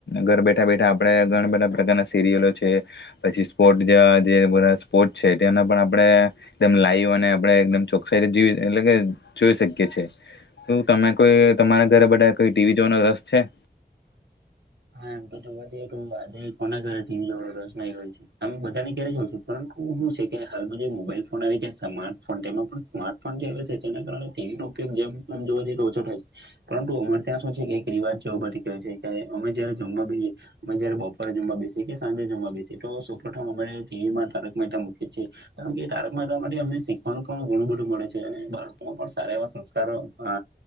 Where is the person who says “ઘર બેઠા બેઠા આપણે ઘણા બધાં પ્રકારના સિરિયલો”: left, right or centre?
Left